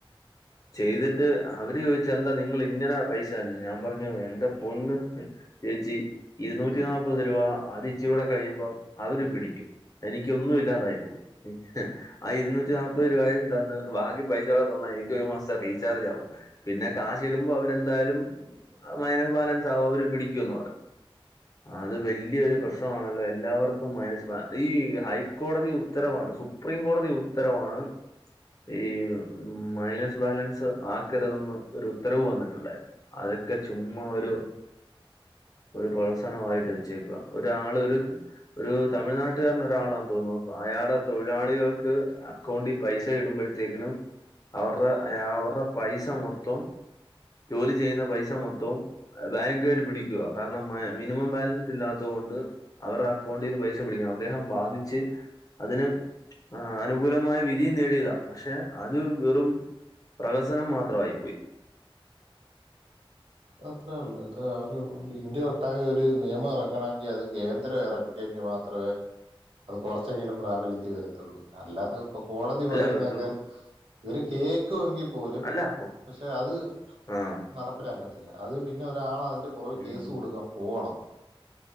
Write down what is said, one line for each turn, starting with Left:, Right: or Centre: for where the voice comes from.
Left: ചെയ്തിട്ട് അവര് ചോ ദിച്ച് എന്താ നിങ്ങള് ഇങ്ങനെ പൈസ തരുന്നത് ഞാൻ പറഞ്ഞു എന്റെ പൊന്ന് ചേച്ചി ഇരുന്നൂറ്റി നാപ്പത് രൂപ അത് ഇച്ചിരൂടെ കഴിയുമ്പം അവര് പിടിക്കും എനിക്കൊന്നും ഇല്ലാതായി പോവും ആ ഇരുന്നൂറ്റി നാല്പത് രൂപയും തന്ന് ബാക്കി പൈസയൂടെ തന്നാ എനിക്ക് ഒരു മാസത്തേ റീചർജ് ആവും പിന്നെ കാശ് ഇടുമ്പോ അവരെന്തായാലും മൈനസ് ബാലൻസ് ആകും അവര് പിടിക്കൂന്ന് പറഞ് അത് വല്യരു പ്രശ് ആണല്ലെ എല്ലാവർക്കും മൈനസ് ബാ ഈ ഹൈക്കോടതി ഉത്തരവാണ് സുപ്രീം കോടതി ഉത്തരവാണ് ഈ മൈനസ് ബാലൻസ് ആക്കരുതന്ന് ഒരു ഉത്തരവ് വന്നിട്ടുണ്ടായിരുന്നു അതൊക്കെ ചുമ്മാ ഒരു ഒരു പ്രഹസനമായിട്ട് വെച്ചേക്വ ഒരാള് ഒര് ഒരു തമിഴ്നാട്ടുകാരന് ഒരാളാന്ന് തോന്നുന്നു അയാളെ തൊഴിലാളികൾക്ക് അക്കൗണ്ട് പൈസ ഇടുമ്പോഴത്തേക്കിനും അവരുടെ അയ അവരെ പൈസ മൊത്തം ജോലി ചെയ്യുന്ന പൈസ മൊത്തം ബാങ്കുകാര് പിടിക്ക കാരണം ഏ മിനിമം ബാലൻസ് ഇല്ലാത്തോണ്ട് അവരെ അക്കൗണ്ടിന്ന് പൈസ പിടിക്കും അദ്ദേഹം വാധിച്ച് അതിന് ആ അനുകൂലമായ വി തി നേടിയതാ പക്ഷെ അത് വെറും പ്രഹസനം മാത്രമായി പോയി
Right: അത്ര ള്ളൂ അത് അവര് ഇന്ത്യ ട്ടാകെ അഹ് ഒരു നിയമം ഇറക്കണങ്കിൽ അത് കേന്ദ്രം ഇറക്കിയെങ്കിൽ മാത്രെ അത് കൊറച്ചെങ്കിലും പ്രാബല്യത്തി വരത്തൊള്ളൂ അല്ലാതെ പ്പൊ കോടതി
Left: അല്ല
Right: പറയുന്നൊക്കെ
Left: റിസർവ്
Right: ഇവര് കേക്കുങ്കിൽ പോലും
Left: അല്ല ഓ
Right: പക്ഷെ അത്
Left: ആ
Right: നടപ്പിലാക്കത്തില്ല അത് പിന്നെ ഒരാള പുറകെ
Left: ഉം.
Right: കേസ് കൊടുക്കാൻ പോണം